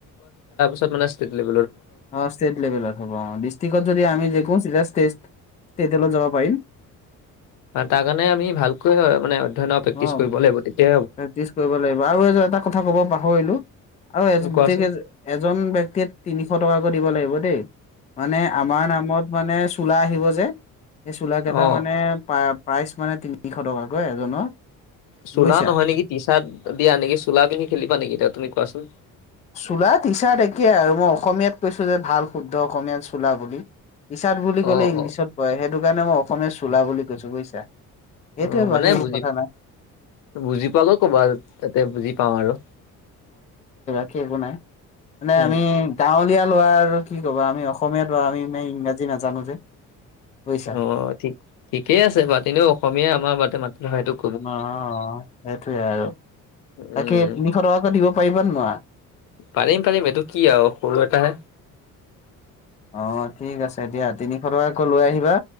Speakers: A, on the left (about 85°); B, on the left (about 25°).
A: ানে <unintelligible>
B: অ ষ্টেট লেভেলত হ'ব অ ডিষ্ট্ৰিকত যদি আমি জিকো চিধা ষ্টেট তেতিয়া হলে যাব পাৰিম।
A: তাৰ কাৰণে আমি ভালকৈ মানে অধ্যয়নৰ প্ৰেক্টিচ
B: অ
A: কৰিব লাগিব তেতিয়া
B: প্ৰেক্টিচ কৰিব লাগিব আৰু এইযোৰ এটা কথা কব পাহৰিলো আৰু এজন
A: উম, কোৱাচোন
B: গোটেই কেইজন ব্যক্তিয়ে তিনিশ টকাকৈ দিব লাগিব দেই। মানে আমাৰ নামত মানে চোলা আহিব যে সেইচোলা কেইটা
A: অ'
B: মানে পা প্ৰাইচ মানে তিনিশ টকাকৈ এজনৰ
A: চোলা
B: বুজিছা।
A: নহয় নেকি টি চাৰ্ট দিয়া এনেকৈ চোলা পিন্ধি খেলিবা নেকি তেতিয়া তুমি কোৱাচোন?
B: চোলা টি চাৰ্ট একেই আৰু মই অসমীয়াত কৈছোঁ যে ভাল শুদ্ধ অসমীয়াত চোলা বুলি। টি চাৰ্ট বুলি কলে
A: অ'
B: ইংলিছত
A: অ'
B: পৰে সেইটো কাৰণে মই অসমীয়া চোলা বুলি কৈছো বুজিছা। সেইটোৱে
A: অ' মানে
B: বাকী একো
A: বুজি
B: কথা নাই।
A: বুজি পোৱাকৈ ক'বা তাতে বুজি পাওঁ আৰু।
B: এ একো নাই মানে
A: উম,
B: আমি গাঁৱলীয়া লৰা আৰু কি ক'বা আমি অসমীয়া ল'ৰা আমি মানে ইংৰাজী নাজানো যে। বুজিছা।
A: অ ঠিক ঠিকেই আছে বাৰু এনে অসমীয়া আমাৰ বা মাতৃভাষাটোক
B: অ সেইটোৱে আৰু।
A: উম,
B: তাকে তিনিশ টকাকৈ দিব পাৰিবা নে নোৱাৰা?
A: পাৰিম পাৰিম এইটো কি আৰু সৰু এটাহে।
B: অ ঠিক আছে দিয়া তিনিশ টকাকৈ লৈ আহিবা